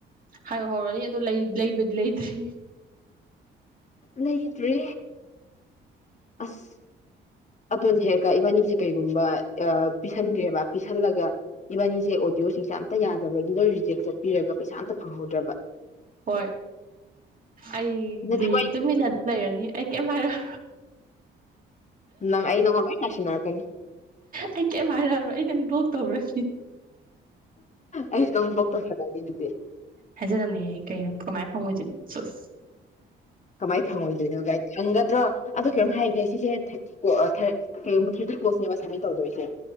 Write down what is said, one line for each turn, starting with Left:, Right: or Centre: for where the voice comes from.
Right: ꯍꯥꯏ ꯍꯧꯔꯅꯤ ꯑꯗꯣ ꯂꯩꯕꯗꯤ ꯂꯩꯗ꯭ꯔꯤ
Left: ꯂꯩꯗ꯭ꯔꯤ ꯑꯁ ꯑꯗꯨꯅ ꯍꯦꯛꯔꯒ ꯏꯕꯥꯅꯤꯁꯦ ꯀꯩꯒꯨꯝꯕ ꯄꯤꯁꯟꯈ꯭ꯔꯦꯕ ꯄꯤꯁꯜꯂꯒ ꯏꯕꯥꯅꯤꯁꯦ ꯑꯣꯗꯤꯑꯣꯁꯤꯡꯁꯦ ꯑꯝꯇ ꯌꯥꯗꯕꯒꯤ ꯂꯣꯏ ꯔꯤꯖꯦꯛ ꯆꯠꯄꯤꯔꯒ ꯄꯩꯁꯥ ꯑꯝꯇ ꯐꯪꯍꯧꯗ꯭ꯔꯕ
Right: ꯍꯣꯏ ꯑꯩꯗꯤ
Left: ꯅꯠꯇꯦ ꯃꯣꯏ
Right: ꯇꯨꯃꯤꯟꯅ ꯑꯗꯨ ꯂꯩꯔꯅꯤ ꯑꯩ ꯀꯩꯝ ꯍꯥꯏꯔꯣꯢ
Left: ꯅꯪ ꯑꯩ ꯅꯪꯉꯣꯟꯗ ꯂꯣꯏ ꯇꯥꯢꯁꯤꯟꯅꯔꯛꯀꯅꯤ
Right: ꯑꯩ ꯀꯩꯝ ꯍꯥꯏꯔꯂꯣ ꯑꯩ ꯅꯪ ꯕ꯭ꯂꯣꯛ ꯇꯧꯔꯅꯤ
Left: ꯑꯩꯁꯨ ꯅꯪ ꯄꯔꯣꯛ ꯇꯧꯁꯤꯟꯂꯅꯤ ꯑꯗꯨꯗꯤ
Right: ꯍꯥꯏꯖꯤꯟꯅꯕꯅꯦ ꯀꯩꯅꯣ ꯀꯃꯥꯏꯅ ꯐꯪꯉꯣꯏꯗꯨꯢꯅꯣ ꯁꯤꯁ
Left: ꯀꯃꯥꯏꯅ ꯐꯪꯉꯣꯏꯗꯣꯏꯅꯣ ꯀꯥꯏ ꯐꯪꯒꯗ꯭ꯔꯣ ꯑꯗꯣ ꯀꯔꯤꯝ ꯍꯥꯏꯒꯦ ꯁꯤꯁꯦ ꯊꯥꯔꯇꯤ ꯀꯣꯜ ꯀꯔꯤꯒꯨꯝꯕꯥ ꯊꯥꯔꯇꯤ ꯀꯣꯜꯅꯦꯕꯥ ꯁꯥꯞꯃꯤꯠ ꯇꯧꯗꯨꯏꯁꯦ